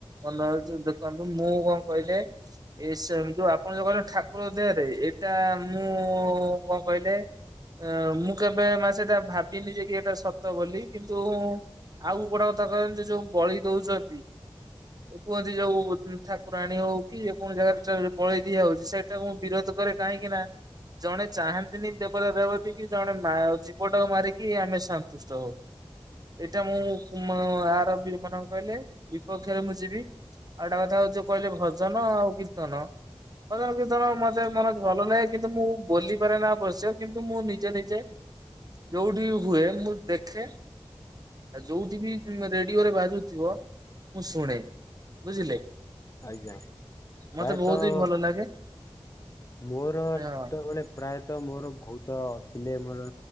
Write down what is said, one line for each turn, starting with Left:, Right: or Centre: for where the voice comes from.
Right: ଭଲ <unintelligible> ଦେଖନ୍ତୁ ମୁଁ କଣ କହିଲେ ଏ ସେମ ଟୁ ଯୋଉ ଆପଣ ଯୋଉ କହରେ ଠାକୁର ଦେହରେ ଏଇଟା ମୁଁ କଣ କହିଲେ ମୁଁ କେବେ ମା ସେଟା ଭାବିନି ଯେ କି ଏଟା ସତ ବୋଲି କିନ୍ତୁ ଆଉ ଗୋଟେ କଥା କହେଲେ ସେ ଯୋଉ ବଳି ଦୋଉଛନ୍ତି
Left: ହ
Right: କୁହନ୍ତି ଯୋଉ ଠାକୁରାଣୀ ହଉ କି ଯେ କୌଣସି ଜାଗାରେ ଚା ବଳି ଦିଆ ହଉଛି ସେଇଟାକୁ ମୁଁ ବିରୋଧ କରେ କାହିଁକି ନା ଜଣେ ଚାହାନ୍ତିନି ଦେବତା ଦେବତୀ କି ଜଣେ ମା ଜୀବଟାକୁ ମାରିକି ଆମେ ସନ୍ତୁଷ୍ଟ ହଉ। ଏଇଟା ମୁଁ ଉଁମ ଆର ବି ମାନେ କନ୍ କହିଲେ ବିପକ୍ଷରେ ମୁଁ ଯିବି। ଆଉଟା କଥା ଯୋଉ କହିଲେ ଭଜନ ଆଉ କୀର୍ତ୍ତନ ମ ଧର ମତେ ମନ ଭଲ ଲାଗେ କିନ୍ତୁ ମୁଁ ବ ପାରେ ନା ଅବଶ୍ୟ କିନ୍ତୁ ମୁଁ ନିଜେ ନିଜେ ଯୋଉଠି ହୁଏ ମୁଁ ଦେଖେ। ଆଉ ଯୋଉଠି ବି ରେଡିଓରେ ବାଜୁଥିବ ମୁଁ ଶୁଣେ ବୁଝିଲେ।
Left: ଆଜ୍ଞା ପ୍ରାୟତଃ
Right: ମତେ ବହୁତ ହି ଭଲ ଲାଗେ।
Left: ମୋର
Right: ହଁ।
Left: ଛୋଟବେଳେ ପ୍ରାୟତଃ ମୋର ବୋହୁତ ଥିଲେ ମୋର